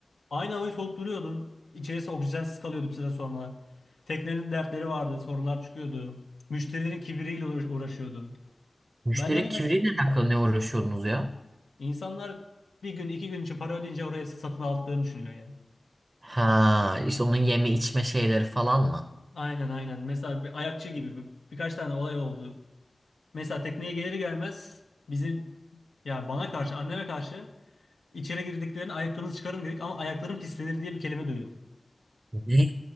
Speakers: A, on the left (about 85°); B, on the right (about 55°).
A: Aynı havayı solup duruyordun. İçerisi oksijensiz kalıyordu bir süre sonra. Teknenin dertleri vardı, sorunlar çıkıyordu. Müşterilerin kibiriyle uğra- uğraşıyordu.
B: müşterinin
A: Ben de
B: kimliğiyle
A: mes
B: alakalı ne uğraşıyordunuz ya?
A: insanlar bir gün iki gün için para ödeyince oraya satın aldıklarını düşünüyor ya.
B: Ha, işte onun yeme içme şeyleri falan mı?
A: Aynen aynen. Mesela bir ayakçı gibi bir- birkaç tane olay oldu. Mesela tekneye gelir gelmez bizim ya bana karşı anneme karşı içeri girdiklerinde ayaklarınızı çıkarın dedik ama ayakların pislenir diye bir kelime duydum.
B: Ne?